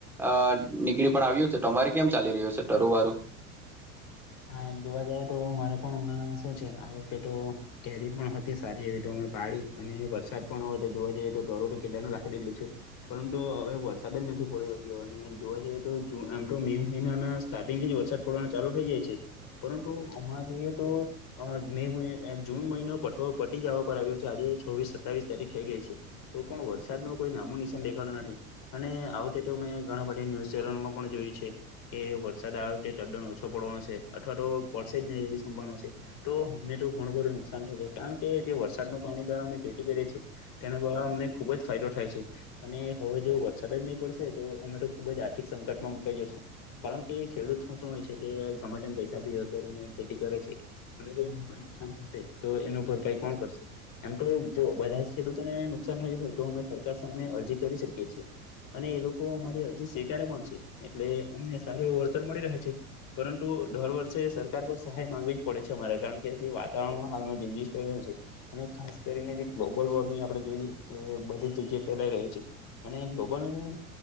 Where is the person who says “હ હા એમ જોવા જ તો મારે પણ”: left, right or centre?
Left